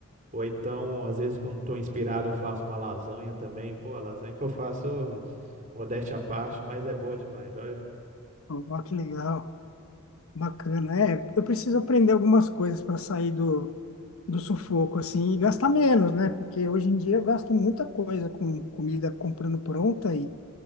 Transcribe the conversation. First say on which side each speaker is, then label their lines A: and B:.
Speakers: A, on the right (about 35°); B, on the left (about 70°).
A: Ou então, às vezes, quando estou inspirado, eu faço uma lasanha também. Pô, a lasanha que eu faço, modéstia à parte, mas é boa demais. Olha,
B: Ó, que legal, bacana. É, eu preciso aprender algumas coisas para sair do, do sufoco, assim, e gastar menos, né? Porque hoje em dia eu gasto muita coisa com comida comprando pronta e,